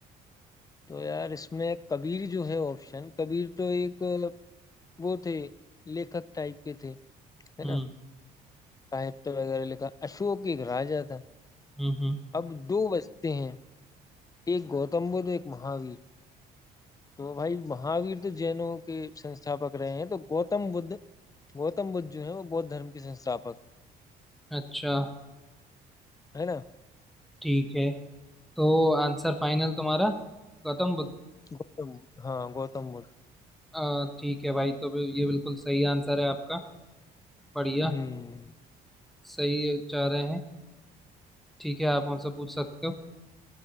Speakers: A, on the left; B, in the centre.
A: तो यार इसमें कबीर जो है ऑप्शन कबीर तो एक वो थे लेखक टाइप के थे है
B: हम्म
A: ना साहित्य वगैरह लिखा अशोक एक राजा था
B: हम्म हम्म।
A: अब दो बचते हैं एक गौतम बुद्ध एक महावीर तो भाई महावीर तो जैनों के संस्थापक रहे हैं तो गौतम बुद्ध गौतम बुद्ध जो है वो बौद्ध धर्म के संस्थापक
B: अच्छा
A: है ना
B: ठीक है तो आंसर फाइनल तुम्हारा गौतम बुद्ध
A: गौतम हाँ गौतम बुद्ध
B: अ, ठीक है भाई तो ये बिल्कुल सही आंसर है आपका बढ़िया
A: हम्म
B: सही जा रहे हैं ठीक है आप उनसे पूछ सकते हो